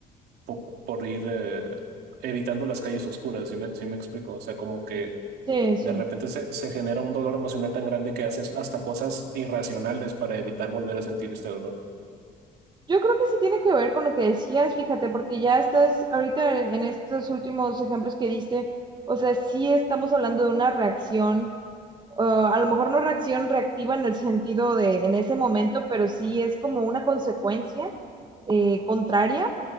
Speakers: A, on the right; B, on the right.
A: por, por ir eh, evitando las calles oscuras, sí me, sí me explico? O sea, como que
B: Sí, sí.
A: de repente se, se genera un dolor emocional tan grande que haces hasta cosas irracionales para evitar volver a sentir este dolor.
B: Yo creo que sí tiene que ver con lo que decías, fíjate, porque ya estás ahorita en estos últimos ejemplos que diste, o sea, sí estamos hablando de una reacción ah, a lo mejor no reacción reactiva en el sentido de en ese momento, pero sí es como una consecuencia eh, contraria